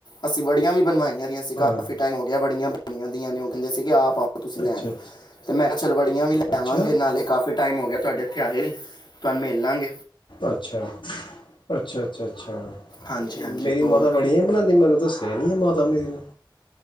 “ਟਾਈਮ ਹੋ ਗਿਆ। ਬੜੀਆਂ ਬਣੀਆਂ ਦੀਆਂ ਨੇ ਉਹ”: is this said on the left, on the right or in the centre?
Left